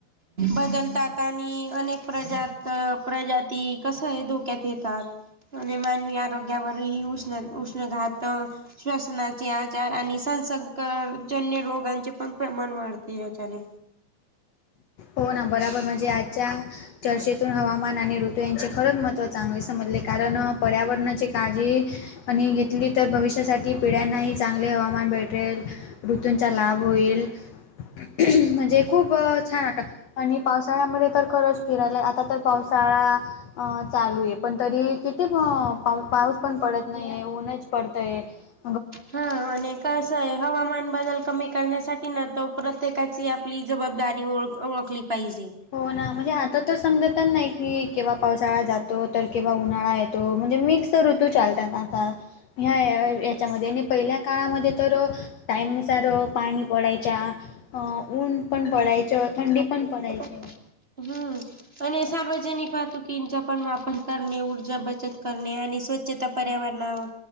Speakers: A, on the right; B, on the left.
A: बदलतात आणि अनेक प्रजात तर प्रजाती कसं आहे धोक्यात येतात. <unintelligible> आणि मानवी आरोग्यावरही उष्ण उष्ण घात श्वसनाचे आजार आणि संसर्कजन्य रोग यांचे पण प्रमाण वाढते याच्याने
B: हो ना बराबर म्हणजे आजच्या चर्चेतून हवामान आणि ऋतू यांचे खरंच महत्व चांगले समजले. <unintelligible> कारण पर्यावरणाचे काय <unintelligible> <inaudible> आणि घेतली तर भविष्यासाठी पिढ्यांनाही चांगले हवामान भेटेल. ऋतूंचा लाभ होईल म्हणजे खूप छान वाटत. आणि पावसाळ्यामध्ये तर खरंच फिरायला आता तर पावसाळा अ चालू आहे. पण तरी किती पा पाऊस पण पडत नाही आहे ऊनच पडतय <unintelligible>
A: हा आणि कसे आहे हवामान बदल <unintelligible> कमी करण्यासाठी, ना, तो प्रत्येकाची आपली जबाबदारी ओळ-ओळखली पाहिजे.
B: हो ना, म्हणजे आता तर समजतच नाही की, केव्हा पावसाळा जातो, तर केव्हा उन्हाळा येतो. तो, म्हणजे, मिक्स ऋतू चालतात आता. <unintelligible> ह्या ह्याच्यामध्ये आणि पहिल्या काळामध्ये तर अ टाईमनुसार, अ पाणी पडायच्या, अ ऊन पण पडायचं, थंडी पण पडायची.
A: हम्म
B: <unintelligible>
A: आणि सार्वजनिक वाहातुक स्टीमचा पण वापर करणे, ऊर्जा बचत करणे, आणि स्वच्छता पर्यावरणावर